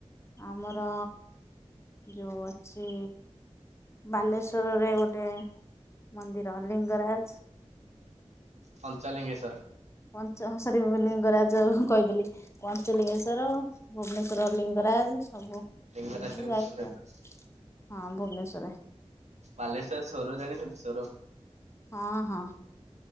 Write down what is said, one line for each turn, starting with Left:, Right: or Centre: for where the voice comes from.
Left: ଆମର ଯଉ ଅଛି ବାଲେଶ୍ଵରରେ ଗୋଟେ ମନ୍ଦିର ଲିଙ୍ଗରାଜ
Right: ପଞ୍ଚଲୀଙ୍ଗେସ୍ୱର
Left: ପଞ୍ଚ ସରି ଲିିଙ୍ଗରାଜ କହିଦେଲି ପଞ୍ଚଲିଙ୍ଗେଶ୍ୱର ଭୁବନେଶ୍ଵର ର ଲିଙ୍ଗରାଜ ସବୁ ଏମିତି
Right: ଲିଙ୍ଗରାଜଠୁ
Left: ଯାଇଛି
Right: ଭୁବନେଶ୍ୱର
Left: ଆଉ ହଁ ଭୁବନେଶ୍ଵରରେ
Right: ବାଲେଶ୍ଵର ସୋର ଜାଣିଛନ୍ତି ସୋର?
Left: ହଁ ହଁ।